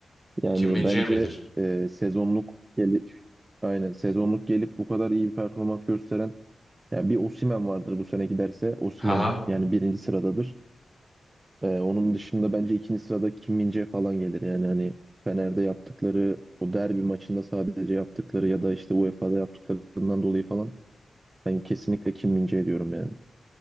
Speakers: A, on the right; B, on the left.
A: Yani
B: Kim Min-jae
A: bence
B: midir?
A: e, sezonluk gelip aynen sezonluk gelip bu kadar iyi bir performans gösteren yani bir Osimhen vardır bu sene giderse Osimhen
B: Haha.
A: yani birinci sıradadır. E, onun dışında bence ikinci sırada Kim min falan gelir. Yani hani Fener'de yaptıkları o derbi maçında sadece yaptıkları ya da işte UEFA'da yaptıklarından dolayı falan ben kesinlikle Kim min diyorum yani.